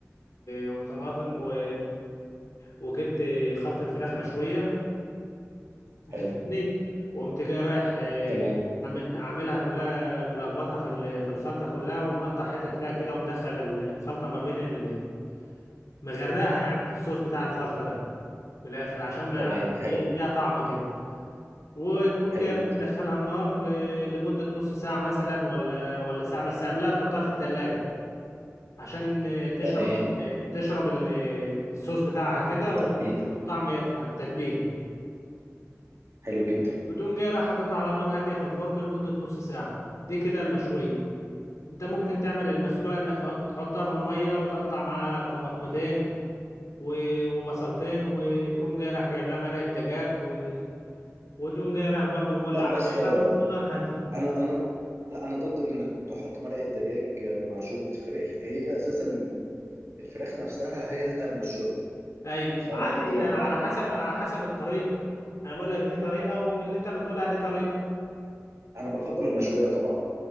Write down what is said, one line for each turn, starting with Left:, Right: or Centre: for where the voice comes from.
Left: وطماطم و... وجبت خلطه فراخ مشويه انت
Right: حلو
Left: فاهمني وقمت جاي رايح آه،
Right: تمام
Left: عامل عاملها كلها ملخبطها في ال- في الخلطه كلها ومقطع حتت فيها كده ومدخل ال- الخلطه ما بين ال... مغرقها يعني في الصوص بتاع الخلطه ده بالاخر عشان ما
Right: تمام
Left: عشان
Right: حلو
Left: يديها طعم كده وتقوم
Right: حلو
Left: جايب
Right: جدا
Left: مدخلها النار آه، لمدة نص ساعة مثلا ولا ولا ساعة بس قبلها تحطها في التلاجة عشان آه، تشرب
Right: تمام
Left: آه، تشرب ال- آه، الصوص بتاعها كده
Right: التتبيله
Left: و- والطعم يطلع التتبيلة
Right: حلو جدا
Left: وتقوم جاي رايح حاططها على نار هادية في الفرن لمدة نص ساعة دي كده المشوية انت ممكن تعمل المسلوقة انك تح- تحطها في المية وتقطع معاها طماطمتين و- وبصلتين وتقوم جاي رايح جايب لها مرقة دجاج و... وتقوم جاي رايح برضو مولع
Right: لا بس
Left: عليها
Right: آه،
Left: ونار هادية
Right: انا انا لا انا ضد ان انك تحط مرقه دجاج مع شوربه فراخ هي اساسا الفراخ نفسها هي هتعمل الشوربه
Left: ايوه
Right: فانا
Left: عادي
Right: ضد موضوع
Left: هي على
Right: انا
Left: حسب على حسب الطريقه انا بقول لك دي طريقه واللي انت بتقولها دي طريقه
Right: انا بفضل المشويه طبعا